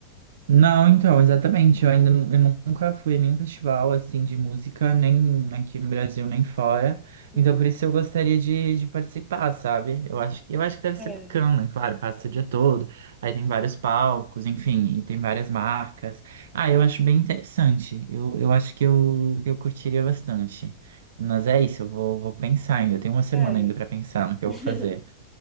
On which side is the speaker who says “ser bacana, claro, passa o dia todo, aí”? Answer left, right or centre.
Right